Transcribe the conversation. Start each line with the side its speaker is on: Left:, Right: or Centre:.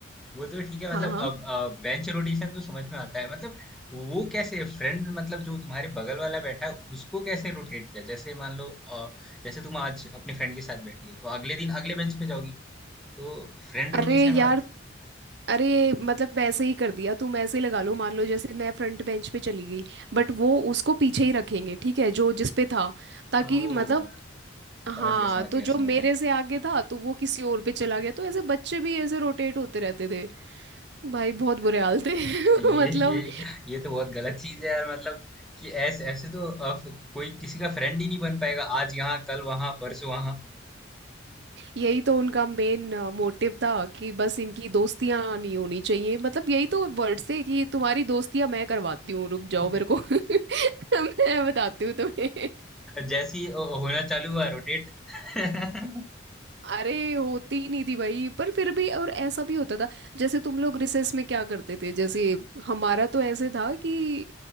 Centre: वो तो ठीक है
Right: हाँ
Centre: मतलब
Right: हाँ
Centre: अब बेंच रोटेशन तो समझ में आता है मतलब वो कैसे फ्रेंड मतलब जो तुम्हारे बगल वाला बैठा है उसको कैसे रोटेट किया जैसे मान लो अ, जैसे तुम आज अपने फ्रेंड के साथ बैठी हो तो अगले दिन अगले बेंच पे जाओगी तो फ्रेंड
Right: अरे
Centre: रोटेशन
Right: यार
Centre: वाला
Right: अरे मतलब वैसे ही कर दिया तुम ऐसे ही लगा लो मान लो जैसे मैं फ्रंट बेंच पे चली गई बट वो उसको पीछे ही रखेंगे ठीक है जो जिस पे था ताकि
Centre: ओ
Right: मतलब
Centre: समझ
Right: हाँ
Centre: गया समझ
Right: तो
Centre: गया
Right: जो
Centre: समझ
Right: मेरे
Centre: गया
Right: से आगे था तो वो किसी और पे चला गया तो ऐसे बच्चे भी ऐसे रोटेट होते रहते थे भाई बहुत बुरे
Centre: हाँ,
Right: हाल थे
Centre: ये
Right: <laughs> मतलब
Centre: ये ये तो बहुत गलत चीज है यार मतलब कि ऐसे ऐसे तो अ, कोई किसी का फ्रेंड ही नहीं बन पाएगा आज यहाँ कल वहां परसों वहां
Right: यही तो उनका मेन मोटिव था कि बस इनकी दोस्तियां नहीं होनी चाहिए मतलब यही तो वर्ड से कि तुम्हारी दोस्तियां मैं करवाती हूँ रुक
Centre: <laughs>
Right: जाओ मेरे को <laughs> मैं बताती हूँ तुम्हें
Centre: जैसे ही हो- होना चालू हुआ रोटेट <laughs> हाँ
Right: अरे होती ही नहीं थी भाई पर फिर भी और ऐसा भी होता था जैसे तुम लोग रिसेस में क्या करते थे जैसे हमारा तो ऐसे था कि